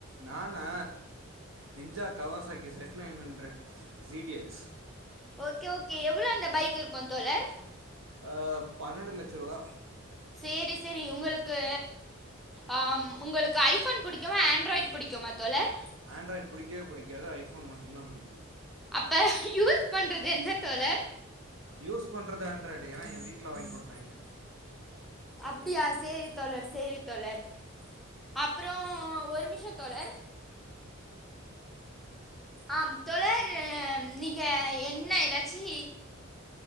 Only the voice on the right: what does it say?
நானா ninja Kawasaki Z nine hundred G T X
ஆ பன்னெண்டு லட்ச ருவா
ஆண்ட்ராய்ட் புடிக்கவே புடிக்காது ஐஃபோன் மட்டுதா புடிக்கு
யூஸ் பண்றது ஆண்ட்ராய்டு ஏனா எ வீட்ல வாங்கி குடுத்தாய்ங்க